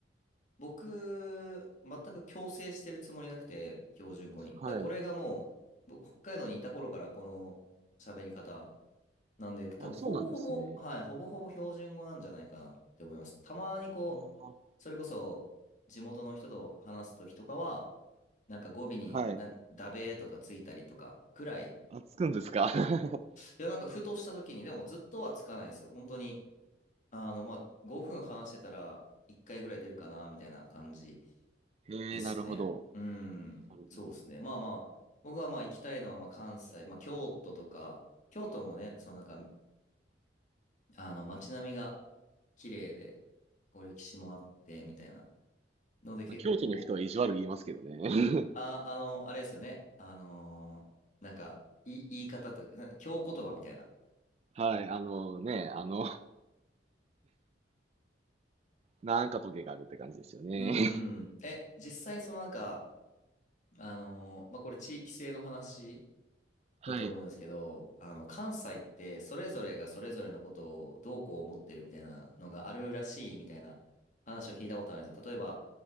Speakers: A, on the left (about 45°); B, on the right (about 35°).
A: 僕、全く強制してるつもりなくて、標準語に。だからこれがもう、
B: はい。
A: 僕北海道にいた頃からこの喋り方なんで、多分ほぼほぼ、
B: あ、そうなんですね。
A: はい、ほぼほぼ標準語なんじゃないかなって思います。たまにこう、
B: あー、
A: それこそ、地元の人と話すときとかは、なんか語尾になんダベーとかついたりとかくらい。
B: はい。
A: い
B: あ、つくんですか <laughs>
A: や、なんかふとした時に、でもずっとはつかないですよ。本当に、あの、まあ、5分話してたら1回ぐらい出るかな、みたいな感じ
B: へえ、
A: ですね。
B: なるほど。
A: うん、
B: なるほ
A: そうですね。まあまあ、僕はまあ行きたいのはまあ関西、まあ京都とか、京都もね、そのなんか、あの街並みが綺麗で、こう歴史もあって、みたいな。ので結構、
B: ど。京都の人は意地悪言いますけどね。<laughs>
A: あ、あの、あれですよね。あのーなんか、い言い方と、な京言葉みたいな。
B: はい、あのね、あの、なんかトゲがあるって感じですよね。
A: うーん。
B: <laughs>
A: え、実際そのなんか、あのーまあ、これ地域性の話
B: はい。
A: だと思うんですけど、あの、関西ってそれぞれがそれぞれのことをどうこう思ってるみたいなのがあるらしいみたいな話を聞いたことあるんですよ。例えば、